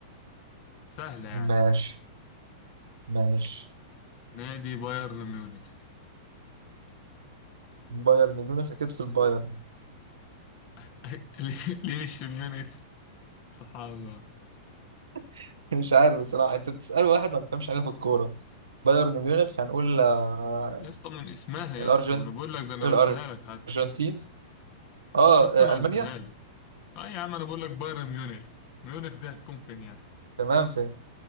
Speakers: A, on the left; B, on the right.
A: سهلة يعني
B: ماشي ماشي
A: نادي بايرن ميونخ
B: بايرن ميونخ اكيد في البايرن
A: <laughs> ليه ليه مش في ميونخ سبحان الله
B: <laughs> مش عارف بصراحة انت بتسأل واحد ما بيفهمش حاجة في الكورة بايرن ميونخ هنقول آه،
A: يا اسطى من اسمها يا
B: الارجنت
A: اسطى ما انا بقول لك ده انا
B: الارجنتين
A: قلتها لك حتى
B: اه
A: يا اسطى انا
B: آه، المانيا
A: قلتها لك اه يا عم انا بقول لك بايرن ميونخ ميونخ دي هتكون فين يعني
B: تمام فاهم